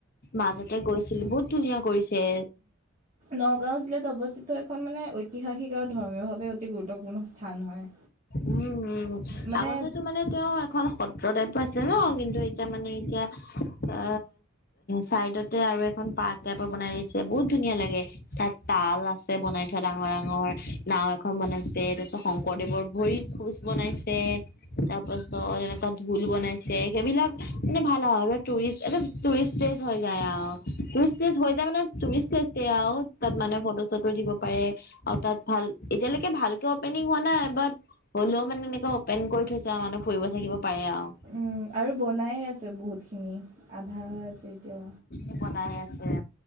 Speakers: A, on the left (about 45°); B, on the right (about 35°).
A: মাজতে গৈছিলো বহুত ধুনীয়া কৰিছে
B: নগাঁও জিলাত অৱস্থিত এখন মানে ঐতিহাসিক আৰু ধৰ্মীয়ভাৱে অতি গুৰুত্বপূৰ্ণ স্থান হয়
A: উম উম
B: মানে
A: আগতেতো মানে তেওঁ এখন সত্ৰ টাইপৰ আছিলে ন কিন্তু এতিয়া মানে এতিয়া আ চাইডতে আৰু এখন পাৰ্ক টাইপৰ বনাই দিছে বহুত ধুনীয়া লাগে চাত তাল আছে বনাই থোৱা ডাঙৰ ডাঙৰ, নাও এখন বনাইছে তাৰ পাছত শংকৰদেৱৰ ভৰিত খোজ বনাইছে তাৰপাছ পাছত এনেকুৱা ঢোল বনাইছে সেইবিলাক মানে ভাল আও এইবিলাক টুৰিষ্ট এইটো টুৰিষ্ট প্লেচ হৈ যায় আও টুৰিষ্ট প্লেজ হৈ যায় মানে টুৰিষ্ট প্লেজজে আও তাত মানে ফটো চটো দিব পাৰে অ তাত ভাল এতিয়ালৈকে ভালকে অপেনিং হোৱা নাই বাট হ'লেও মানে এনেকে অপেন কৰি থৈছে আও মানুহ ফুৰিব চাকিব পাৰে আও
B: উম ঋ আৰু বনায়ে আছে বহুতখিনি আধা হৈ আছে এতিয়া
A: এ বনাইয়েই আছে